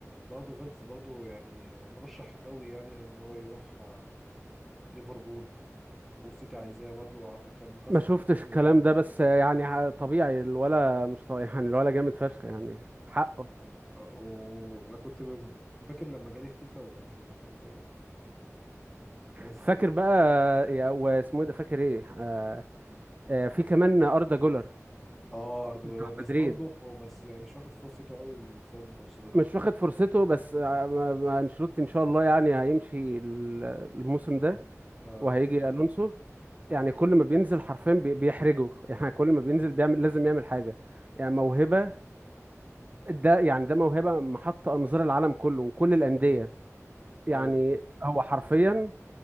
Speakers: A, in the centre; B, on the right (about 30°).
A: برضه فيرتس برضه يعني مرشح قوي يعني ان هو يروح آه ليفربول والسيتي عايزاه برضه آه، كان مكسر
B: ما شفتش
A: الدوري
B: الكلام
A: الألماني.
B: ده بس يعني ع- طبيعي الولا مش طبيعي يعني الولا جامد فشخ يعني حقه
A: آه، وكنت ب- فاكر لما جالي فيفا يعني كنت أنا كنت بس
B: فاكر بقى يا- واسمه إيه ده فاكر ايه آه آه في كمان اردا جولر
A: اه اردا
B: بتاع
A: جولر بس
B: مدريد
A: برضه بس يعني مش واخد فرصته قوي بسبب انشيلوتي
B: مش واخد فرصته بس آه، ما- ما انشيلوتي ان شاء الله يعني هيمشي ال- الموسم
A: مم.
B: ده
A: اه
B: وهيجي الونسو يعني كل ما بينزل حرفيا بي- بيحرجه يعني كل ما بينزل بيعمل لازم يعمل حاجة يعني موهبة ده يعني ده موهبة محط أنظار العالم كله وكل الأندية
A: امم
B: يعني
A: ايوه دي.
B: هو حرفيا